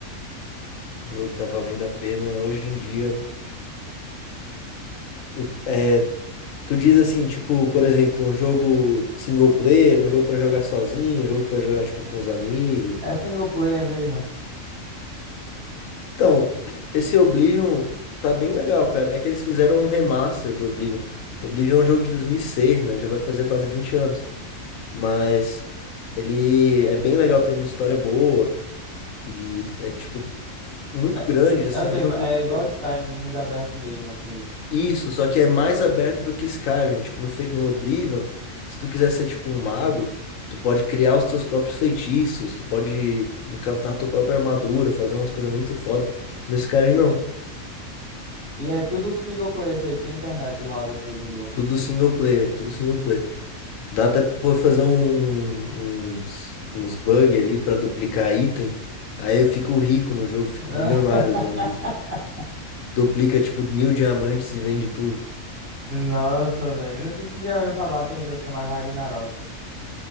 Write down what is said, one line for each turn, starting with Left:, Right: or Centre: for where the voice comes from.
Left: O jogo tá valendo a pena hoje em dia. O que- é, tu diz assim, tipo, por exemplo, um jogo single player, um jogo pra jogar sozinho, um jogo pra jogar, tipo, com os amigos.
Right: É single player mesmo.
Left: Então, esse Oblivion tá bem legal, cara. É que eles fizeram um remaster do Oblivion. Oblivion é um jogo de 2006, né? Já vai fazer quase 20 anos. Mas ele é bem legal, tem uma história boa e é tipo muito
Right: É,
Left: grande, assim,
Right: é o
Left: é
Right: quê?
Left: um jogo
Right: É
Left: muito
Right: igual
Left: bom.
Right: Skyrim, mundo aberto mesmo, assim.
Left: Isso, só que é mais aberto do que Skyrim. Tipo, no, fe- no Oblivion, se tu quiser ser tipo um mago, tu pode criar os teus próprios feitiços, tu pode encantar a tua própria armadura, fazer umas coisas muito foda. No Skyrim, não.
Right: E é tudo single player, isso aí, sem internet e roda isso aí de boa.
Left: Tudo single player, tudo single player. Dá até pra fazer um- um, uns, uns bug ali pra duplicar item. Aí eu fico rico no jogo, fico
Right: <laughs>
Left: milionário usando isso. Duplica tipo mil diamantes e vende tudo.
Right: Nossa, velho. Não sei se você já ouviu falar, tem um jogo chamado Ragnarok.